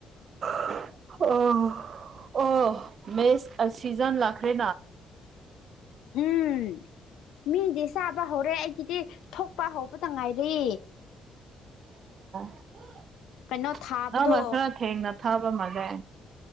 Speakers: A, on the right (about 40°); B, on the left (about 85°).
A: <inaudible> ꯑꯣ ꯑꯣ ꯃꯦꯁ ꯁꯤꯖꯟ ꯂꯥꯛꯈ꯭ꯔꯦ
B: ꯎꯝ ꯃꯤꯗꯤ ꯆꯥꯕ ꯍꯧꯔꯦ ꯑꯩꯒꯤꯗꯤ ꯊꯣꯛ ꯄꯥ ꯍꯧꯕꯇ ꯉꯥꯏꯔꯤ
A: <inaudible>
B: ꯀꯩꯅꯣ ꯊꯥꯕꯗꯣ
A: ꯅꯪꯅ ꯈꯔ ꯊꯦꯡꯅ ꯊꯥꯕ ꯃꯥꯜꯂꯦ